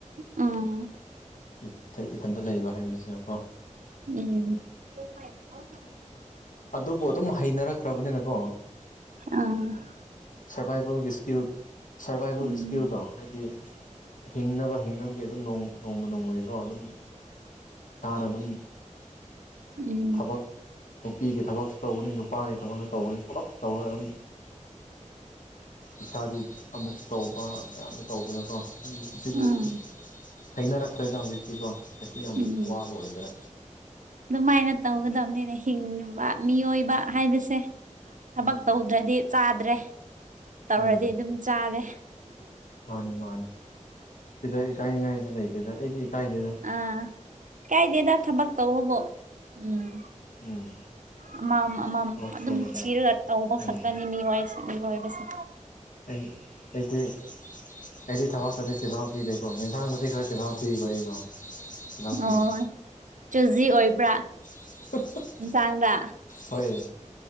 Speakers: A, on the right (about 80°); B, on the left (about 85°).
A: ꯎꯝ
B: <unintelligible> ꯏꯊꯟꯇ ꯂꯩꯕ ꯍꯥꯏꯕꯁꯤꯅ ꯀꯣ
A: ꯎꯝ <unintelligible>
B: ꯑꯗꯨꯕꯨ ꯑꯗꯨꯝ ꯍꯩꯅꯔꯛꯈ꯭ꯔꯕꯅꯤꯅꯀꯣ
A: ꯑ
B: ꯁꯔꯕꯥꯏꯕꯦꯜꯒꯤ ꯏꯁꯀꯤꯜ ꯁꯔꯕꯥꯏꯕꯦꯜꯒꯤ
A: ꯎꯝ
B: ꯏꯁꯀꯤꯜꯗꯣ ꯍꯥꯏꯗꯤ ꯍꯤꯡꯅꯕ ꯍꯤꯡꯅꯕꯒꯤ ꯑꯗꯨꯝ ꯅꯣꯡꯃ ꯅꯣꯡꯃꯒꯤꯀꯣ ꯑꯗꯨꯝ ꯏꯁꯥꯅ ꯑꯗꯨꯝ
A: ꯎꯝ
B: ꯊꯕꯛ ꯅꯨꯄꯤꯒꯤ ꯊꯕꯛꯁꯨ ꯇꯧꯒꯅꯤ ꯅꯨꯄꯥꯒꯤ ꯊꯕꯛꯁꯨ ꯇꯧꯕꯅꯤ ꯄꯨꯂꯞ ꯇꯧꯔꯒ ꯑꯗꯨꯝ ꯏꯁꯥꯒꯤ ꯑꯃꯨꯛꯁꯨ ꯇꯧꯕ ꯃꯌꯥꯝꯅ ꯇꯧꯕꯅꯀꯣ ꯑꯗꯨꯝ ꯁꯤꯁꯦ
A: ꯎꯝ
B: ꯑꯗꯨꯝ ꯍꯩꯅꯔꯛꯈ꯭ꯔꯦꯗ ꯍꯧꯖꯤꯛꯇꯤꯀꯣ ꯀꯩꯁꯨ ꯌꯥꯝ
A: ꯎꯝ
B: ꯋꯥꯕ ꯑꯣꯏꯗ꯭ꯔꯦ
A: ꯑꯗꯨꯃꯥꯏꯅ ꯇꯧꯒꯗꯝꯅꯤꯅꯦ ꯍꯤꯡꯕ ꯃꯤꯑꯣꯏꯕ ꯍꯥꯏꯕꯁꯦ ꯊꯕꯛ
B: ꯎꯝ
A: ꯇꯧꯗ꯭ꯔꯗꯤ ꯆꯥꯗ꯭ꯔꯦ ꯇꯧꯔꯗꯤ
B: ꯎꯝ
A: ꯑꯗꯨꯝ ꯆꯥꯔꯦ
B: ꯃꯥꯅꯦ ꯃꯥꯅꯦ ꯁꯤꯗ ꯏꯀꯥꯏꯅꯤꯉꯥꯏꯁꯦ ꯂꯩꯇꯦꯗ ꯑꯩꯗꯤ ꯏꯀꯥꯏꯗꯦꯗ
A: ꯑ ꯏꯀꯥꯏꯗꯦꯗ ꯊꯕꯛ ꯇꯧꯕꯕꯨ ꯎꯝ
B: ꯎꯝ
A: ꯑꯃꯝ ꯑꯃꯝ
B: ꯊꯕꯛ
A: ꯑꯗꯨꯝ
B: ꯁꯨꯕꯗ
A: ꯊꯤꯔꯒ ꯇꯧꯕ ꯈꯛꯇꯅꯦ
B: ꯎꯝ
A: <unintelligible> ꯃꯤꯑꫭꯏꯕꯁꯦ
B: ꯑꯩ ꯑꯩꯗꯤ ꯑꯩꯗꯤ ꯊꯕꯛꯇꯗꯤ ꯆꯤꯜꯍꯥꯎ ꯊꯤꯗꯦꯀꯣ ꯌꯦꯟꯁꯥꯡꯗꯗꯤ ꯈꯔ ꯆꯤꯜꯍꯥꯎ ꯊꯤꯈꯣ ꯑꯩꯀꯣ ꯆꯤꯜꯍꯥꯎ ꯊꯤꯌꯦ
A: ꯑꯣ ꯆꯨꯖꯤ ꯑꯣꯏꯕ꯭ꯔ
B: <unintelligible>
A: ꯏꯟꯁꯥꯡꯗ
B: ꯍꯣꯏ